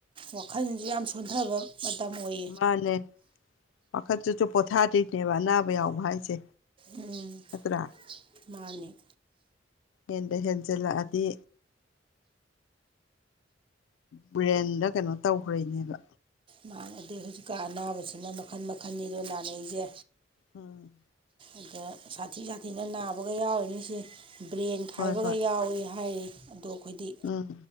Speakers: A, on the right (about 25°); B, on the left (about 80°).
A: ꯋꯥꯈꯜꯖꯨ ꯌꯥꯝ ꯁꯣꯟꯊꯕ ꯃꯇꯝ ꯑꯣꯏ
B: ꯃꯥꯅꯦ ꯋꯥꯈꯟꯟꯗꯨꯁꯨ ꯄꯣꯊꯥꯗꯣꯏꯅꯦꯕ ꯑꯅꯥꯕ ꯌꯥꯎꯕ ꯍꯥꯏꯁꯦ
A: ꯎꯝ
B: ꯅꯠꯇ꯭ꯔꯥ
A: ꯃꯥꯅꯦ
B: ꯍꯦꯟꯗ ꯍꯦꯟꯖꯜꯂꯛꯑꯗꯤ ꯕ꯭ꯔꯦꯟꯗ ꯀꯩꯅꯣ ꯇꯧꯈ꯭ꯔꯤꯅꯦꯕ
A: ꯃꯥꯟꯅꯗꯦ ꯍꯧꯖꯤꯛꯀꯥꯟ ꯑꯅꯥꯕꯁꯤꯅ ꯃꯈꯜ ꯃꯈꯟꯅꯤꯗꫭ ꯅꯥꯅꯩꯖꯦ
B: ꯎꯝ
A: ꯑꯗ ꯁꯥꯊꯤ ꯁꯥꯊꯤꯅ ꯅꯥꯕꯒ ꯌꯥꯎꯔꯤꯅꯤ ꯁꯤ ꯕ꯭ꯔꯦꯟ ꯈꯥꯏꯕꯒ
B: ꯍꯣꯏ ꯍꯣꯏ
A: ꯌꯥꯎꯋꯤ ꯍꯥꯏꯌꯦ ꯑꯗꯣ ꯑꯩꯈꯣꯏꯗꯤ
B: ꯎꯝ